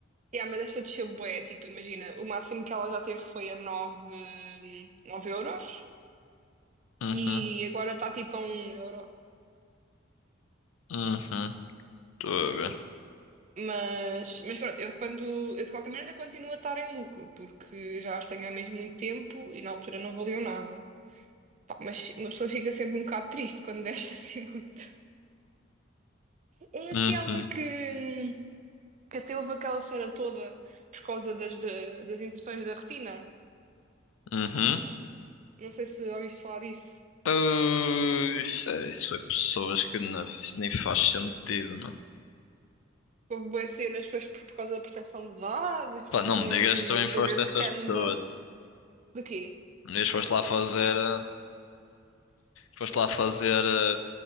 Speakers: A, on the right (about 35°); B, on the left (about 85°).
A: Yeah, mas esta desceu bué, tipo, imagina, o máximo que ela já teve foi a 9 nove euros.
B: Uhum,
A: e agora está tipo a um euro.
B: uhum, estou a ver.
A: Mas, mas pronto, eu quando eu de qualquer maneira continuo a estar em lucro, porque já as tenho há mesmo muito tempo e na altura não valiam nada. Pá, mas uma pessoa fica sempre um bocado triste quando deixa assim <laughs> muito. É aquela
B: Uhum,
A: que, que até houve aquela cena toda por causa das, da- das impressões da retina.
B: uhum.
A: Não sei se ouviste falar disso.
B: Ui, Isso, é- isso foi pessoas que não, isso nem faz sentido, não.
A: Houve boas cenas depois por, por causa da proteção de dados,
B: Pá,
A: porque
B: não
A: tinham
B: me digas
A: que
B: que também
A: fazer
B: foste
A: scan
B: essas pessoas.
A: da, de quê?
B: Um dia foste lá fazer, eh, foste lá fazer eh,